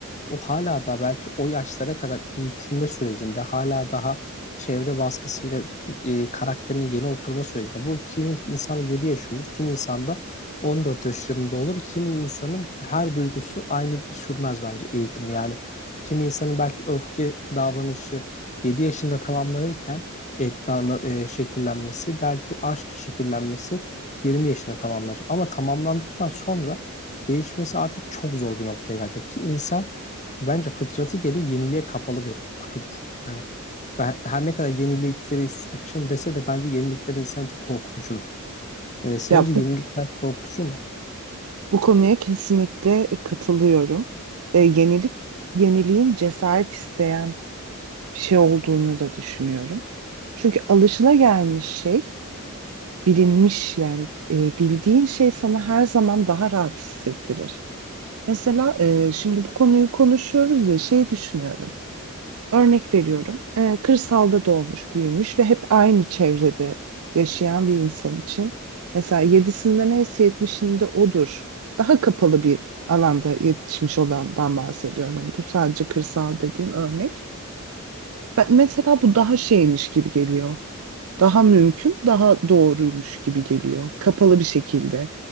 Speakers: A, on the left; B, on the right.
A: o hala da belki o yaşlara kadar eğitilme sürecinde hala daha çevre baskısıyla e, karakterinin yeni oturma sürecinde. Bu kimi insanda 7 yaş olur, kimi insanda 14 yaşında olur. Kimi insanın her duygusu aynı sürmez bence eğitim. Yani kimi insanın belki öfke davranışı 7 yaşında tamamlanırken e, da- e, şekillenmesi, belki aşk şekillenmesi 20 yaşında tamamlanacak. Ama tamamlandıktan sonra değişmesi artık çok zor bir noktaya gelecek ki insan bence fıtratı gereği yeniliğe kapalı bir kutudur. Yani ben her ne kadar yeniliklere açığım dese de bence yenilikler insan için korkutucudur. Ee, sence
B: ya
A: yenilikler
B: bu
A: korkutucu mu?
B: Bu konuya kesinlikle e, katılıyorum. E, yenilik, yeniliğin cesaret isteyen bir şey olduğunu da düşünüyorum. Çünkü alışılagelmiş şey, bilinmiş yani e, bildiğin şey sana her zaman daha rahat hissettirir. Mesela e, şimdi bu konuyu konuşuyoruz ya şey düşünüyorum. Örnek veriyorum. e, kırsalda doğmuş, büyümüş ve hep aynı çevrede yaşayan bir insan için mesela yedisinde neyse yetmişinde odur. Daha kapalı bir alanda yetişmiş olandan bahsediyorum. Hani bu sadece kırsal dediğim örnek. Ben, mesela bu daha şeymiş gibi geliyor. Daha mümkün, daha doğruymuş gibi geliyor. Kapalı bir şekilde